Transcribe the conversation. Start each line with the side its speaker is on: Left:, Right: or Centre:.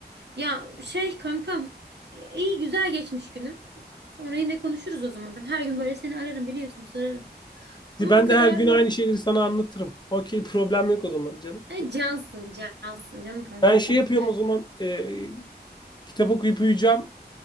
Right: Ya şey kankam ya iyi güzel geçmiş günü. Sonra yine konuşuruz o zaman. Ben her gün böyle seni ararım biliyorsun sorarım. Ama
Left: Ben
Right: bu kadar
Left: de her gün
Right: da
Left: aynı şeyleri sana anlatırım. Okey problem yok o zaman canım.
Right: e, cansın cansın canım kankam
Left: Ben şey
Right: benim.
Left: yapıyorum o zaman e, kitap okuyup uyuyacağım.